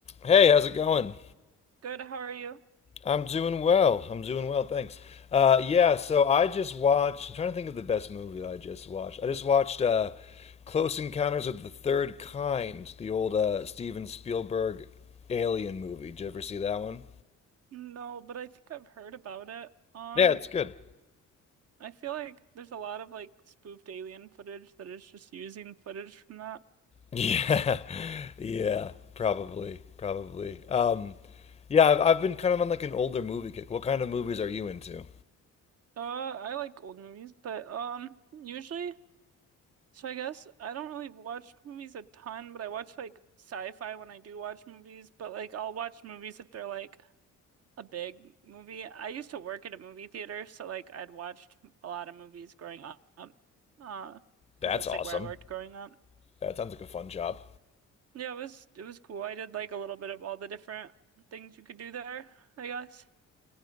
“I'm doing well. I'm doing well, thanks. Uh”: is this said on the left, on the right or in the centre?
Left